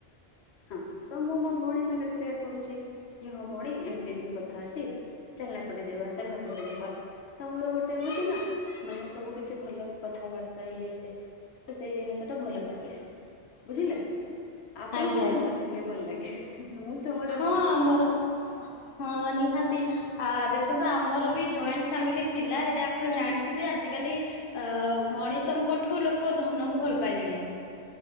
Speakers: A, on the left; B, on the left.
A: ହଁ, ତ ମୁଁ ମୋ ଭଉଣୀ ସେ ସାଙ୍ଗରେ ସେୟାର କରୁଛି। କି ହଁ, ଭଉଣୀ ଏମତି ଏମତି କଥା ଅଛି। ଚାଲ ନା ଏପଟେ ଯିବା, ଚାଲ ନା ସେପଟେ ଯିବା। ତ ଆମର ଗୋଟେ ହଉଛି ନା, ମାନେ ସବୁ କିଛି ଭଲ କଥାବାର୍ତ୍ତା ଇଏ ସେ ତ, ସେଇ ଜିଣିଷ ଟା ଭଲ ଲାଗେ, ବୁଝିଲେ! ଆପଣଙ୍କୁ
B: ଆଜ୍ଞା
A: କେମିତି
B: ଆଜ୍ଞା
A: ଫ୍ୟାମିଲି ଭଲ ଲାଗେ? ମୁଁ ତ ମୁଁ
B: ହଁ, ଆମର ହଁ, ନିହାତି ଆ ଦେଖନ୍ତୁ ଆମର ବି ଜଏଣ୍ଟ ଫ୍ୟାମିଲି ଥିଲା, ହେଲେ ଆପଣ ଜାଣିଥିବେ ଆଜି କାଲି ଆ ମଣିଷଙ୍କଠୁ, ଲୋକ ଧନକୁ ଭଲ ପାଇଲେଣି।